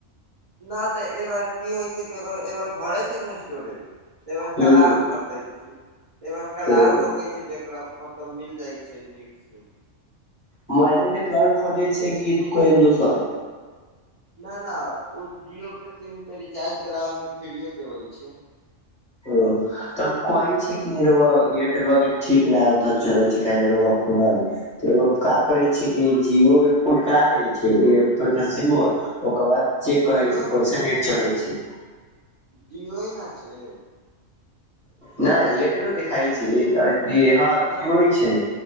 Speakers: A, on the right; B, on the left.
A: नहि त ऐबेर की होइ छै ऐबेर भरै छै ने स्टोरेज त
B: हूं
A: क्लाउड खरीदै छी,
B: ओ
A: क्लाउड होके छै जेकरा मत त मिल जाय छै नीक से।
B: मोबाइलो मे क्लाउड खरीदै छै कि कोनो दोसर
A: ना ना ओ जिओ के सिम रिचार्ज कराबे मे फ्रियो मे देबै छै।
B: हां। तब हम कहै छै कि एयरटेल वा के ठीक नहि त चले छै फोनबा त का करै छैियै कि जिओ पोर्ट करा दै छै ओकर सिम
A: जी
B: ओकर बाद चेेक करै
A: जियो
B: छै कोइसन नेट चलै छै।
A: जिओ ने छै।
B: न एकरो देखाइ छी हँ
A: न
B: जिओ छै ने